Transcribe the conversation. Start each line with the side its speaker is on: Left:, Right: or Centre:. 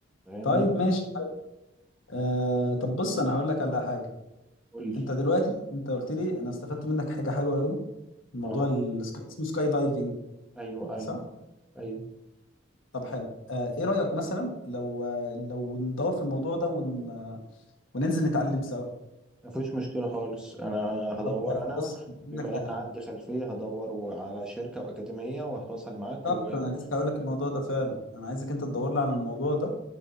Centre: فاهمني؟
Left: طيب ماشي آه طب بص أنا هقول لك على حاجة
Centre: قول لي
Left: أنت دلوقتي أنت قلت لي أنا استفدت منك حاجة حلوة قوي الموضوع
Centre: اه
Left: السكاي اسمه سكاي دايفنج
Centre: أيوه أيوه
Left: صح؟
Centre: أيوه
Left: طب حلو آه إيه رأيك مثلا لو آه، لو ندور في الموضوع ده ون... آه، وننزل نتعلم سوا؟
Centre: مفيش مشكلة خالص أنا هدور
Left: طب
Centre: أنا
Left: بص هقول
Centre: بما
Left: لك على
Centre: إن
Left: حاجة
Centre: عندي خلفية هدور على شركة وأكاديمية وهتواصل معاك
Left: بالظبط
Centre: وهدور
Left: انا لسه هقول لك الموضوع ده فعلا انا عايزك انت تدور لي على الموضوع ده